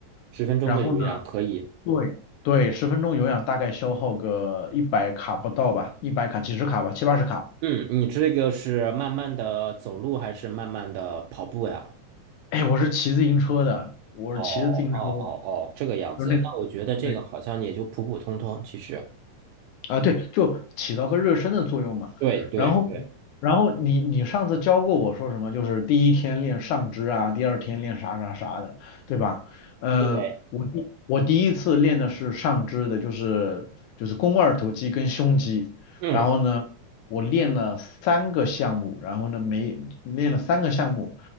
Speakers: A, on the right (about 85°); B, on the left (about 75°).
A: 十分钟的有氧可以。
B: 然后呢。对对，十分钟有氧大概消耗个一百卡不到吧，一百卡几十卡吧，七八十卡。
A: 嗯，你这个是慢慢的走路还是慢慢的跑步呀？
B: 哎，我是骑自行车的，我是骑着自行车，
A: 哦哦哦哦，这个样子。
B: 就是那个。
A: 那我觉得这个好像也就普普通通，
B: 对
A: 其实。
B: 啊，对，就起到个热身的作用嘛。
A: 对对对
B: 然后，然后你你上次教过我说什么？就是第一天练上肢啊，第二天练啥啥啥的，对吧？嗯、
A: 对，
B: 我第我第一次练的是上肢的，就是就是肱二头肌跟胸肌。
A: 嗯。
B: 然后呢，我练了三个项目，然后呢每练了三个项目，